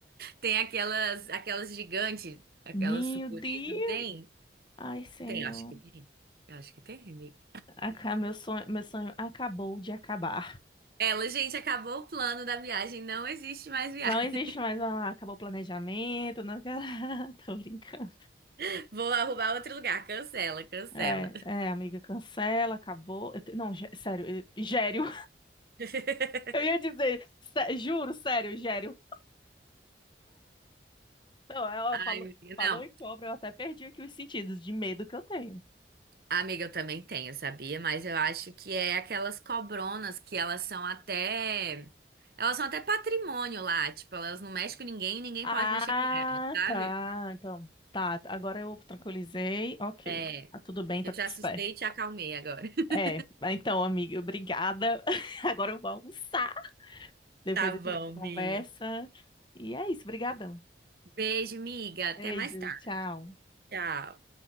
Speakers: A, on the right; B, on the left.
A: Tem aquelas, aquelas gigantes, aquelas
B: Meu
A: sucuri,
B: Deus!
A: não tem?
B: Ai, Senhor.
A: Tem, acho que tem. Eu Acho que tem, amiga.
B: Aca- Meu sonho, meu sonho acabou de acabar.
A: Ela, gente, acabou o plano da viagem, não existe mais viagem.
B: Não existe mais. ah, acabou o planejamento. Não... quero- <laughs> Tô brincando.
A: <laughs> Vou arrumar outro lugar, cancela, cancela.
B: É, é, amiga, cancela, acabou. Eu te- Não, gé- sério, eu- gério.
A: <laughs>
B: Eu ia dizer, sé- juro, sério, Gério. Não, ela
A: Ai,
B: falou,
A: amiga,
B: falou
A: Não,
B: em cobra, eu até perdi aqui os sentidos de medo que eu tenho.
A: amiga, eu também tenho, sabia? Mas eu acho que é aquelas cobronas que elas são até. Elas são até patrimônio lá, tipo, elas não mexem com ninguém, ninguém
B: Ah,
A: pode mexer com elas, sabe?
B: tá. Então, tá. Agora eu tranquilizei. Ok.
A: É,
B: Tá tudo bem, tá
A: eu
B: tudo
A: te assustei
B: certo.
A: e te acalmei agora. <laughs>
B: É, mas então, amiga, obrigada. <laughs> Agora eu vou almoçar. Depois
A: Tá
B: a gente
A: bom,
B: conversa.
A: minha.
B: E é isso, brigadão.
A: Beijo, miga. Até
B: Beijo,
A: mais tarde.
B: tchau.
A: Tchau.